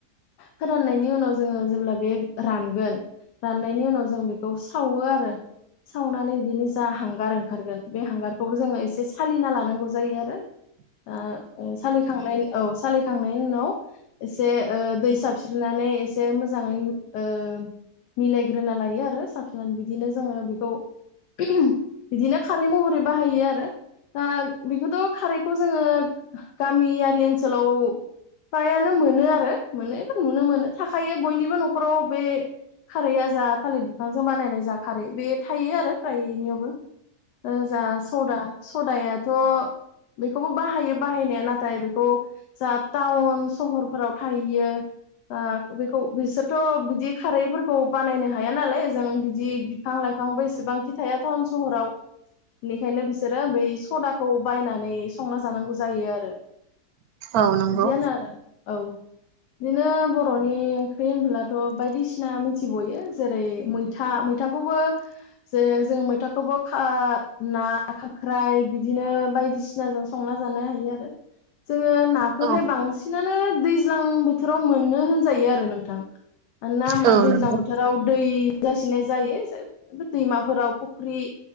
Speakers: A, on the left; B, on the right.
A: फोराननायनि उनाव जो जोङो जेब्ला बे रानगोन। राननायनि उनाव जों बे खौ सावो आरो। सावनानै बिनि जा हांगार ओंखारगोन बे हांगारखौबो जोङो एसे सालिना लानांगौ जायो आरो। दा ओं सालिखांनायनि औ सालि खांनायनि उनाव। एसे ओ दै साब नानै एसे मोजाङै। ओ मिलायग्रोना लायो आरो साफ बिदिनो जोङो बि खौ। बिदिनो खारै महरै बाहायो आरो। रो ओ बेखौथ' खारैखौ जोङो गामियारि ओनसोलाव फ्रायानो मोनो आरो मोनो एबा नुनो मोनो थाखायायो बयनिबो न'खराव बे खारैया जा थालिर बिफांजों बानायनाय जा खारै बे थायो आरो फ्राय नियावबो। ओ जा सदा। सदायाथ' बेखौबो बाहायो बाहायनाया नाथाय बेखौ जा टाउन सहरफोराव थाहैयो ओ बेखौ बिसोरथ' बिदि खारैफोरखौ बानायनो हाया नालाय जों बिदि बिफां लाइ फांबो एसेबांखि थाया टाउन सहराव बेनिखायनो बिसोरो बै सदाखौ बायनानै संना जानांगौ जायो आरो।
B: औ नंगौ
A: बिदिआनो आरो औ। बिदिनो बर'नि ओंख्रि होनबोलाथ' बायदिसिना मिथिबयो जेरै मैथा मैथाखौबो जे जों मैथाखौबो खा ना खांख्राइ बिदिनो बायदिसिनाजों संना जानो हायो आरो। जोङो नाखोहाय
B: औ
A: बांसिनानो दैज ज्लां बोथोराव मोनो होनजायो आरो नोंथां। मानोना होनबा
B: औ नंगौ औ
A: दैज्लां
B: नंगौ
A: बोथोराव दै जासिनाय जायो जा दैमाफोराव फख्रि